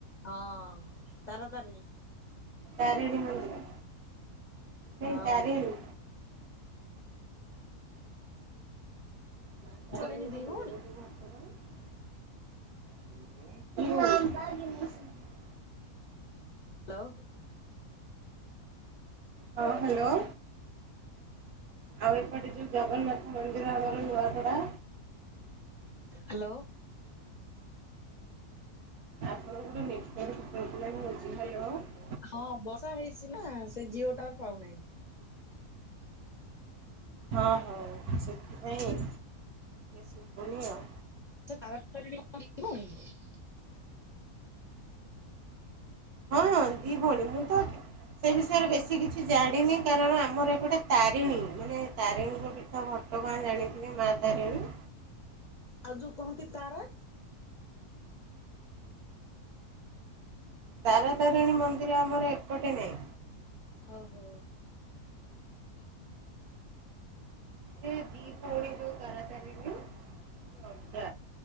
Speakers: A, on the left (about 50°); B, on the right (about 75°).
A: ହଁ ତାର ତାରିଣୀ।
B: ତାରିଣୀ ମନ୍ଦିର ନାଇଁ
A: ହଁ
B: ତାରିଣୀ। <unintelligible>
A: ତାରିଣୀ ଦି ଭଉଣୀ
B: <unintelligible>
A: ଆଉ।
B: ହଁ ହ୍ୟାଲୋ। ଆଉ ଏପଟେ ଯୋଉ ଜଗନ୍ନାଥ ମନ୍ଦିର ଆମର ନୂଆପଡା।
A: ହ୍ୟାଲୋ।
B: ଆପଣଙ୍କର ନେଟୱାର୍କ ଫେଟୱର୍କ ଲାଗି ହଉଛି।
A: ହଁ ବର୍ଷା ହେଇଛି ନା ସେ ଜିଓ ଗ୍ରଟାୱାର ପାଉନାହିଁ।
B: ହଁ ହଁ ସେଥିପାଇଁ ଶୁଭୁନି ଆଉ।
A: <inaudible>
B: ହଁ ଦି ଭଉଣୀ ମୁ ତ ସେ ବିଷୟରେ ବେଶୀ କିଛି ଜାଣିନି କାରଣ ଆମର ଏପଟେ ତାରିଣୀ ମାନେ ତାରିଣୀଙ୍କ ପୀଠ ତ ଘଟଗାଁ ଜାଣିଥିଲି ମା ତାରିଣୀ।
A: ଆଉ ଯୋଉ କହନ୍ତି ତାରା
B: ତାର ତାରିଣୀ ମନ୍ଦିର ଆମର ଏପଟେ ନାହିଁ।
A: ଓ ହୋ।
B: ଏ ଦିଭଉଣୀ ଯୋଉ ତାରା ତାରିଣୀ। ଅଗା